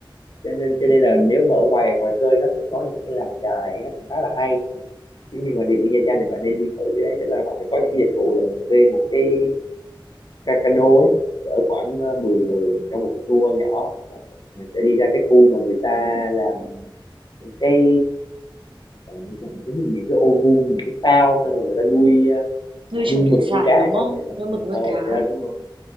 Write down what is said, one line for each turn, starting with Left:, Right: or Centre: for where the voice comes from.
Left: cho nên cho nên là nếu mà ở ngoài ngoài khơi nó sẽ có những cái làm chài nó cũng khá là hay Nếu như mà đi với Nha Trang thì bạn nên đi thử cái đấy tức là họ sẽ có những cái dịch vụ là mình thuê một cái ca- cano ấy chở khoảng ờ, 10 người trong một cái tour nhỏ mình sẽ đi ra cái khu mà người ta làm những cái gọi là những cái giống như những cái ô vuông những cái phao xong rồi người ta nuôi ờ,
Right: nuôi trồng
Left: nuôi mực
Right: thủy sản
Left: nuôi cá ở
Right: đúng không?
Left: trong ấy
Right: Nuôi mực nuôi
Left: ờ
Right: cá.
Left: dạ, đúng rồi